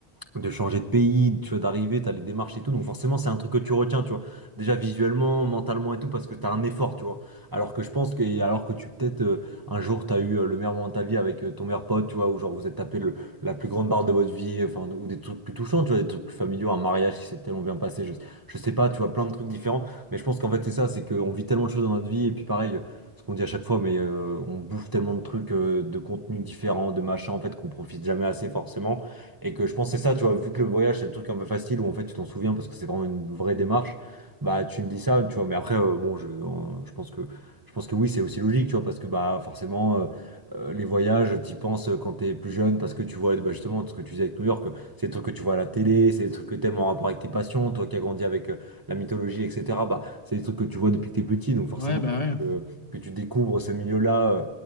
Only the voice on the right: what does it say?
de changer de pays, tu vois, d'arriver, t'as les démarches et tout. Donc forcément, c'est un truc que tu retiens, tu vois. Déjà visuellement, mentalement et tout, parce que t'as un effort, tu vois. Alors que je pense que, et alors que tu peut-être euh, un jour t'as eu euh, le meilleur moment de ta vie avec euh, ton meilleur pote, tu vois, ou genre vous êtes tapé le- la plus grande barre de votre vie, enfin, ou des trucs plus touchants, tu vois, des trucs plus familiaux, un mariage qui s'est tellement bien passé, je, je sais pas, tu vois, plein de trucs différents. Mais je pense qu'en fait, c'est ça, c'est qu'on vit tellement de choses dans notre vie, et puis pareil. euh, Ce qu'on dit à chaque fois, mais euh, on bouffe tellement de trucs, euh, de contenus différents, de machins, en fait, qu'on profite jamais assez forcément. Et que je pense que c'est ça, tu vois, vu que le voyage, c'est le truc un peu facile où en fait tu t'en souviens parce que c'est vraiment une vraie démarche, bah tu me dis ça, tu vois. Mais après, euh, bon, je, en- je pense que, je pense que oui, c'est aussi logique, tu vois, parce que bah forcément, euh, euh, les voyages, t'y penses euh, quand t'es plus jeune parce que tu vois bah, justement ce que tu disais avec New York, euh, c'est des trucs que tu vois à la télé, c'est des trucs que t'aimes en rapport avec tes passions, toi qui as grandi avec euh, la mythologie, etc. Bah, c'est des trucs que tu vois depuis que t'es petit, donc forcément,
il faut
que, que tu découvres ce milieu-là. euh,